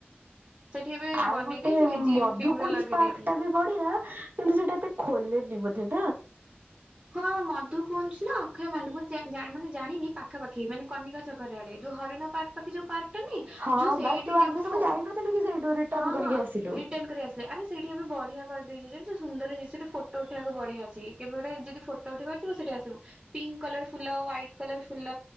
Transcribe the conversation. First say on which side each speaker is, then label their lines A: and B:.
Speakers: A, on the right (about 25°); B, on the right (about 55°).
A: ସେଠି ଏବେ
B: ଆଉ
A: ବନେଇ
B: ଗୋଟେ
A: ଦେଇଛି ବେ ଜିମ୍
B: ମଧୁକୁଞଜ
A: ଫିମ୍ ର ଲଗେଇ
B: ପାର୍କ
A: ଦେଇଛି
B: ଟା ବି ବଢିଆ। କିନ୍ତୁ ସେଇଟା ଏତେ ଖୋଲେନି ମଧ୍ୟ।
A: ହଁ ମଧୁ କୁଞ୍ଜ୍ ନା ଅକ୍ଷୟ ମାନ୍ତି ମୁ ଜାଣିନି ଜାଣିନି ପାଖ ପାଖି ମାନେ କନିକା ଛକର ଆଡେ ଯୋଉ ହରିଣ ପାର୍କ ପାଖେ ଯୋଉ ପାର୍କ ଟୁନି
B: ହଁ
A: ଯୋ ସେଇଠି
B: ବା ତୁ
A: ଯିବୁ
B: ଆମେ ସବୁ
A: ପଟ୍
B: ଯାଇନଥିଲୁ କି ସେଇଠୁ ରିଟର୍ଣ
A: ହଁ
B: କରିକି
A: ହଁ
B: ଆସିଲୁ।
A: ରିଟର୍ନ ଆରେ ସେଇଠି ଏବେ ବଢିଆ କରିଦେଇଛି ଯେଉ ସୁନ୍ଦର ଦିନିଷଟେ ସେଠି ଫଟୋ ଉଠେଇବାକୁ ବଢିଆ ଅଛି। ଚି କେବେ ଗୋଟେ ଯଦି ଫଟୋ ଉଠେଇ ବରଥିବ ସେଠିକୁ ଆଶିବୁ ପିଙ୍କ୍ କ୍ଲର ଫୁଲ ହ୍ୱାଇଟିକ୍ଲର ଫୁଲ